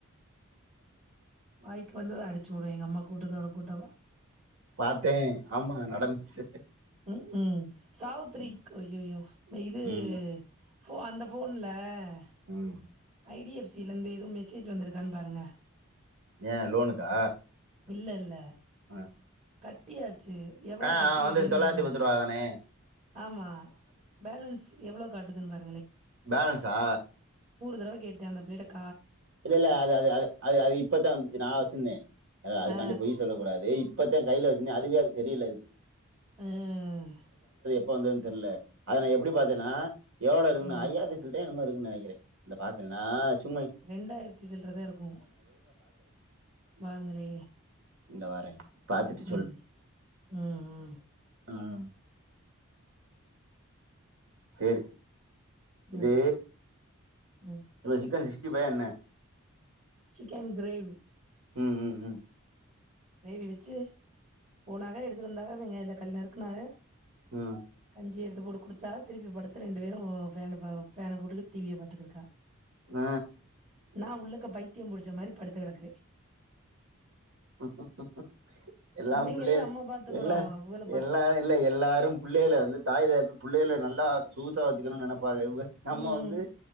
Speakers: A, on the right; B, on the right.
A: வாய்க்கு வந்தத அடிச்சு விடும் எங்க அம்மா கூட்டத்தோட கூட்டவா.
B: பாத்தேன் ஆமா நடந்துச்சு
A: ம் ம் சாவுத்ரீ
B: ம்,
A: அய்யயோ இது
B: ம்,
A: ஃபோ அந்த ஃபோன்ல வ
B: ம்.
A: ஐ டி எஃப் சி-லந்து எதுவு மெசேஜ் வந்திருக்கான்னு பாருங்க
B: ஏன் லோனுக்கா
A: இல்ல இல்ல
B: ஆ
A: கட்டியா ச்சி எவ்ளோ
B: ஆ
A: கட்டிருக்கேனு
B: ஆ வந்துருச்சு தொள்ளாயிரத்தி
A: பாருங்க
B: பத்து ரூபா தானே
A: ஆமா பேலன்ஸ் எவ்ளோ காட்டுதுங்க பார்
B: பேலன்சா
A: தடவ கேட்டே அந்த வேலக்
B: இல்ல இல்ல அது அது அது அது அது இப்பதா வந்துச்சு நா வச்சிந்தே அது அதுக்காண்டி
A: ஆ,
B: பொய் சொல்லக் கூடாது இப்பத்தே கைல வச்சிந்தே அதுவே அது தெரியல எதுக்
A: ஆஹ்
B: பொ வந்தத்ன் தெரில அது நா எப்டி பாத்தேனா எவ்ளோ இருக்குனு
A: ம்.
B: ஐயாத்தி சில்ரயோ என்னமோ இருக்கு க்கு நெனைக்கிறே இந்த பாக்குறே நா சும்மை
A: ரெண்டாயிரத்தி சில்றதா இருக்கு வாங்களே
B: இங்க வரேன் பார்த்துட்டு
A: ம் ம் ம்
B: அஹம் செரி இது
A: ம், ம்.
B: இது சிக்கன் இப்ப என்ன
A: சிக்கன் கிரேவி
B: உம் உம் உம்
A: ரேவி வெச்சு போனாக எடுத் இருந்தாலு அவுங்க இந்த கல்யாணத்ல
B: ம்
A: இஞ்சி எடுத்து போட்டு குடிச்சா திருப்பி படுத்து ரெண்டு பேரு ஃபேன ஃபேன் ஃபேன போட்டு டிவியை பாத்துருக்கா
B: அ
A: நா உள்ளக்க பைத்தியோ புடிச்ச மாரி படுத்து கெடக்குறே
B: <inaudible> எல்லா
A: இவைங்கள
B: புள்ளை
A: நம்ம பாத்துக்குறோம்
B: எல்லா
A: அவங்கள பா
B: எல்லாரு இல்ல எல்லாரு புள்ளையில வந்து தாய் தகப்பன் புள்ளையில நல்லா சொகுசா வெச்சுக்கணு நெனப் பா <unintelligible> நம்ம
A: ம்
B: வந்து